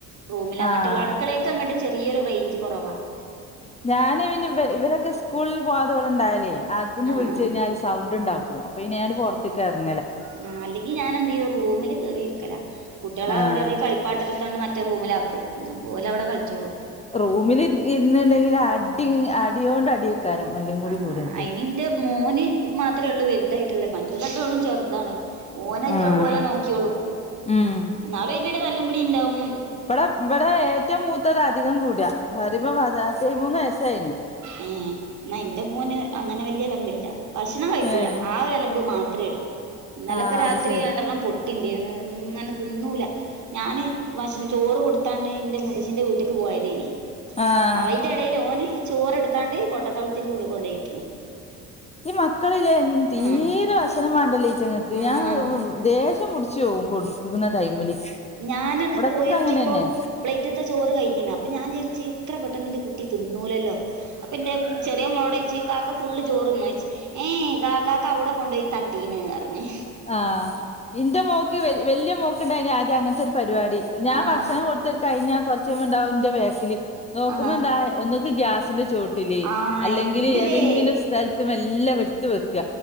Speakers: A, on the right (about 50°); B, on the left (about 15°).
A: റൂമില്, അങ്ങട്ട്ള്ള
B: ആഹ്
A: അട്ക്കളേക്കങ്ങട്ട് ചെറിയൊരു റെയ്ഞ്ച് കൊറവാ
B: ഞാന് പിന്നെ ഇവ ഇവരൊക്കെ സ്കൂളിൽ പോവാതെ ഇവടെണ്ടായാലേ അകത്ത്ന്ന്
A: ആഹ്
B: വിളിച്ചു
A: ആഹ്
B: കഴിഞ്ഞാല് സൗണ്ട്ണ്ടകും അപ്പപ്പിന്നെ ഞാനാണ്ട് പൊറത്ത്ക്കെറങ്ങും
A: ആ അല്ലെങ്കി ഞാനെന്തെയ്യും റൂമില് കേറിയിരിക്കല കുട്ടിയളെ
B: ആഹ്
A: അവിടൊവ്ടേ കളിപ്പാട്ടെടുത്താട്ട് മറ്റേ റൂമിലാക്കും അപ്പോലവ്ടെ കളിച്ചോളും
B: റൂമില് ഇര് ഇര്ന്ന്ണ്ടെങ്കില് അടി അടിയോണ്ട് അടിയേക്കാരം എല്ലും കൂടി
A: ആഹ്
B: കൂടിയാട്ട്
A: അയിന് ഇന്റെ മോന് മാത്രേയൊള്ളൂ വൽതായിട്ട്ള്ളേ മറ്റോല് രണ്ടാളും ചെറുതാണ് ഓനായിട്ട
B: ആഹ്
A: ഓലെ നോക്കിയോളും
B: ഉം
A: ഇന്നാലും അയിന്റെടേല് തല്ലുംപുടിണ്ടാവും
B: ഇബടെ ഇബടെ ഏറ്റവും മൂത്തത് അധികം കൂടാ പറിമ്പം പത്തയ്മൂന്ന് വയസ്സായീണ്
A: ഏഹേ ഇന്ന ഇന്റെ മോന് അങ്ങനെ വല്ല്യ അലമ്പില്ല ഭക്ഷണം കഴിക്കൂല
B: ഏഹ്
A: ആ ഒരു അലമ്പ് മാത്രേയൊള്ളൂ ഇന്നലെപ്പ
B: ആഹ്
A: രാത്രി
B: അത് ശരി
A: രണ്ടെണ്ണം പൊട്ടി ഇന്റേന്ന് ഇങ്ങനെ തിന്നൂല ഞാന് ഭക്ഷ ചോറ് കൊടുത്താണ് ഇന്റെ മൂത്തച്ചിൻ്റെ വീട്ട്ക്ക് പോയതേനി
B: ആഹ്
A: അയിന്റെടേല് ഓന് ചോറെട്ത്താണ്ട് കൊട്ടത്തളത്തിറെ ഉള്ള്ക്ക് കൊണ്ടോയിട്ട്ണ്
B: ഈ മക്കളിലേ തീരെ
A: ആ
B: ഭക്ഷണം വാണ്ടല്ലേ അയ്റ്റങ്ങക്ക്
A: ആ
B: ഞാൻ മ് ദേശ്യ പുടിച്ചോവും കൊടുത്ത്ക്ക്ണ ടൈമില്
A: ഞാനത്
B: ഇവിടൊക്കെ
A: പോയോക്കിയപ്പം
B: അങ്ങനെന്നെ
A: പ്ലേറ്റ് ഇട്ട ചോറ് കഴ്ഞ്ണ് അപ്പൊ ഞാൻ വിചാര്ച്ച് ഇത്ര പെട്ടെന്ന് ഇന്റെ കുട്ടി തിന്നൂലല്ലോ അപ്പെന്റെ ചെറിയ മോളോടോയ്ച്ച് കാക്ക ഫുള്ള് ചോറ്ന്നോയ്ച്ച് ഏഹേ ഏ കാക്കാക്ക അവ്ടെ കൊണ്ടോയി തട്ടീണ് പർഞ്
B: ആഹ് ഇന്റെ മോക്ക് വ വല്ല്യ മോക്ക്ണ്ടായിനി ആദ്യം അങ്ങൻത്തൊ രു പരിവാടി ഞാൻ
A: ആ
B: ഭക്ഷണം കൊടുത്ത്ങ്ങട്ട് കഴിഞ്ഞാ കൊറച്ചയ്യുമ്പണ്ടാവും ഇന്റെ ബേക്കില് നോക്കുമ്പെന്താ
A: ആ
B: ഒന്നുക്ക് ഗ്യാസിന്റെ ചോട്ടില്
A: ആ
B: അല്ലെങ്കില്
A: എന്തിലേ
B: ഏതെങ്കിലും സ്ഥൽത്ത് മെല്ലെ എടുത്ത് വെക്ക